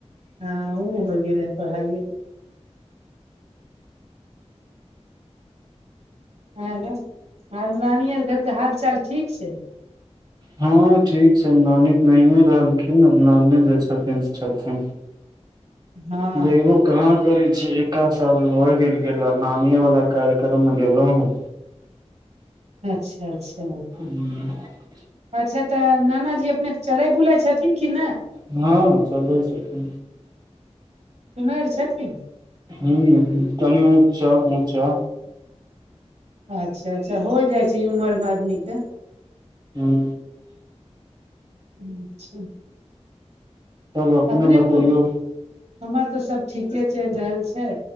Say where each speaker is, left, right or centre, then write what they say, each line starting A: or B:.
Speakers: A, on the right; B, on the right.
A: हं उ हो गेलै त हये गेल आरो आर नानी आर घरके हाल चाल ठीक छै
B: हँ ठीक छै नानि त नहिए रहलखिन आब नानी जे छथिन जे छथिन
A: हँ
B: जायबो
A: हँ
B: कहाँ गेल छियै एखा चल हो गेल गेल नानिये वला कार्यक्रम गेलहु ह
A: अच्छा अच्छा
B: हू
A: अच्छा तऽ नानाजी अपने चलै बुलै छथिन कि नहि
B: हँ, चलै छथीन।
A: सुनैर छथिन।
B: हूं तनी ऊँच्चा ऊँचा
A: अच्छा-अच्छा होइ जाइ छै ई उमरमे आदमीके।
B: हूँ
A: अच्छा।
B: तब अपने
A: अपनेक
B: बतैयौ
A: हमर तऽ सब ठीके चलि रहल छै